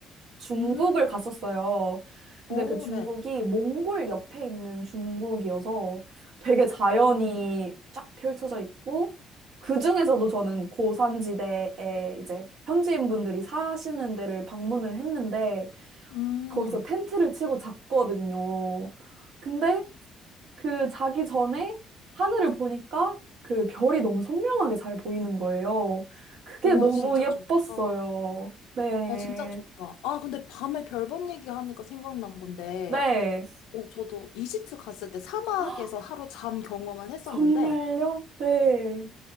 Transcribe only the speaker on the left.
음,
어,
네.
어,
음.
우와,
진짜
좋다.
아, 진짜 좋다. 아, 근데 밤에 별본 얘기하니까 생각난 건데,
어, 저도 이집트 갔을 때 사막에서
하루 잔 경험을 했었는데,